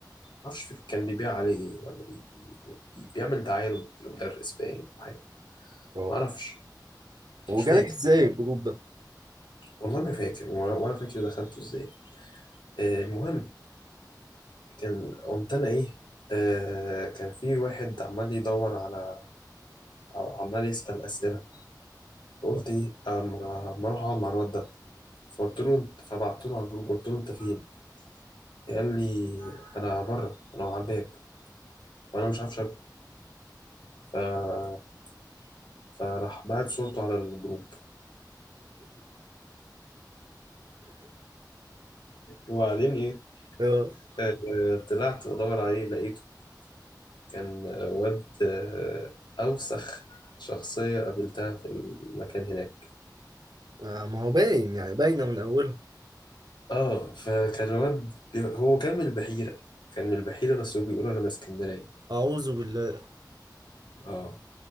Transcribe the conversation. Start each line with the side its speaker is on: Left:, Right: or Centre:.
Left: معرفش كان بيبيع عليه ايه ولا بي بي بي بيعمل دعاية للمدرس باين ولا حاجة
Right: اه
Left: معرفش
Right: وجالك
Left: مش فاكر
Right: ازاي الجروب ده
Left: والله ما فاكر ولا ولا فاكر دخلته ازاي آه، المهم كان قمت انا ايه آه كان في واحد عمال يدور على عمال يسأل أسئلة فقلت
Right: اه
Left: ايه اما أما اروح اقعد مع الواد ده فقلت له انت فبعت له على الجروب قلت له انت فين قال لي انا بره انا على الباب وانا مش عارف شكله ف... فراح بعت صورته على الجروب وبعدين إيه،
Right: <laughs>
Left: آه، طلعت أدور عليه لقيته كان آه، واد آه، أوسخ شخصية قابلتها في المكان هناك
Right: آه، ما هو باين يعني باينه من اولها
Left: اه فكان واد بي... هو كان من البحيرة كان من البحيرة بس هو بيقول أنا من اسكندرية
Right: اعوذ بالله
Left: اه